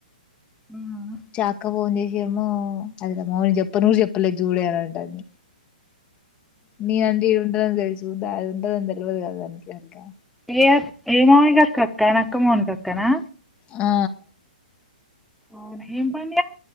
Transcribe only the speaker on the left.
చాక్క ఫోన్ చేసి ఏమో <unintelligible> అదిమ్మని చెప్ప నువ్వు చెప్పలేదు చూడే అని అంటాంది నిను అంటే ఇడ ఉంటానని తెలుసు <unintelligible> చూందా అది ఉంటద తెలిదు కాకకా
ఆ